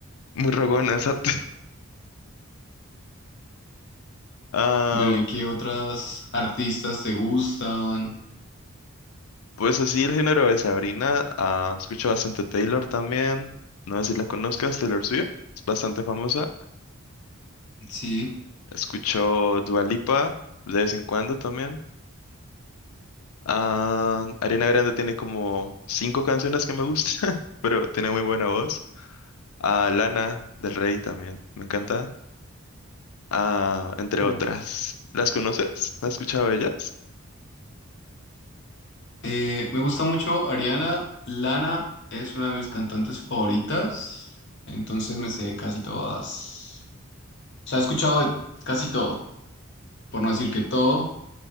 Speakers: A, on the left; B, on the left.
A: Muy rogona, exacto. <laughs> Ah,
B: Bueno, ¿y qué otras artistas te gustan?
A: pues así el género de Sabrina. ah, escucho bastante Taylor también. No sé si la conozcas, Taylor Swift. Es bastante famosa.
B: Sí.
A: Escucho Dua Lipa de vez en cuando también. Ah, Ariana Grande tiene como cinco canciones que me gustan, <laughs> pero tiene muy buena voz. A Lana del Rey también, me encanta. Ah, entre
B: uh,
A: otras. ¿Las conoces? ¿Has escuchado ellas?
B: eh, me gusta mucho Ariana. Lana es una de mis cantantes favoritas. Entonces me sé casi todas. O sea, he escuchado de casi todo, por no decir que todo,